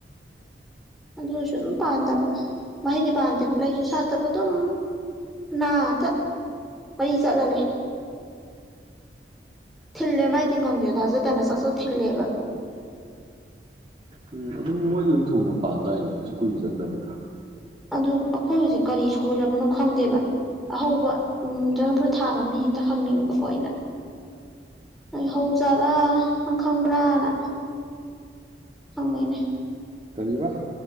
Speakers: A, in the centre; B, on the right.
A: ꯑꯗꯨꯁꯨ ꯑꯗꯨꯝ ꯄꯥꯟꯗꯕ ꯃꯍꯩꯗꯤ ꯄꯥꯟꯗꯦꯕ ꯂꯩꯁꯨ ꯁꯥꯠꯇꯕ ꯑꯗꯨꯝ ꯃꯅꯥ ꯇ ꯃꯔꯤ ꯆꯠꯂ ꯂꯩ ꯊꯤꯜꯂꯦ ꯃꯥꯏ ꯇꯤꯡꯒꯪꯖꯦ ꯊꯥꯖꯗꯅ ꯆꯥꯛ ꯆꯥꯛ ꯊꯤꯜꯂꯦꯕ
B: ꯎꯝ ꯑꯗꯨꯝ ꯃꯣꯏꯗꯤ ꯑꯗꯨꯝ ꯊꯨꯅ ꯄꯥꯟꯗꯥꯏꯅ ꯀꯩꯁꯨ ꯀꯨꯏꯅ ꯆꯪꯗꯕꯅꯤꯗ
A: ꯑꯗꯨ ꯑꯩꯈꯣꯏꯒꯤꯁꯦ ꯀꯔꯤ ꯁꯣꯏꯔꯕꯅꯣ ꯈꯪꯗꯦꯕ ꯑꯍꯧꯕ ꯎꯝ ꯗ꯭ꯔꯦꯒꯟ ꯐ꯭ꯔꯨꯠ ꯊꯥꯕ ꯃꯤ ꯑꯝꯗ ꯍꯪꯅꯤꯡꯕꯀꯣ ꯑꯩꯅ ꯅꯣꯏ ꯍꯧꯖꯥꯠꯂꯥ ꯅꯪ ꯈꯪꯕ꯭ꯔꯥꯅ ꯈꯪꯉꯤꯅꯦ
B: ꯀꯔꯤꯕ